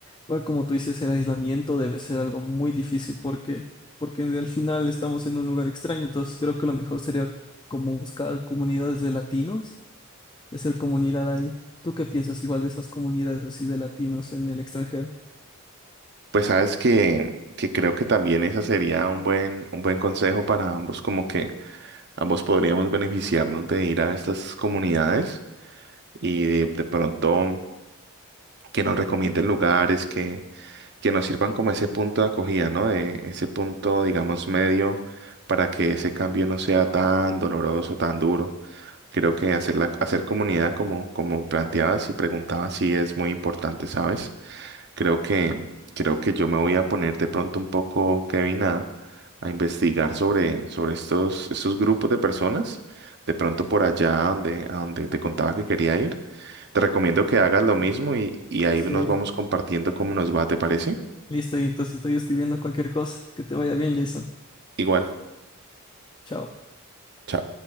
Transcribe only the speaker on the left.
Igual como tú dices, el aislamiento debe ser algo muy difícil porque, porque al final estamos en un lugar extraño. Entonces, creo que lo mejor sería como buscar comunidades de latinos y hacer comunidad ahí. ¿Tú qué piensas igual de esas comunidades así de latinos en el extranjero?
Listo.
Sí.
Listo, y entonces estoy escribiendo cualquier cosa. Que te vaya bien, Jason.
Chao.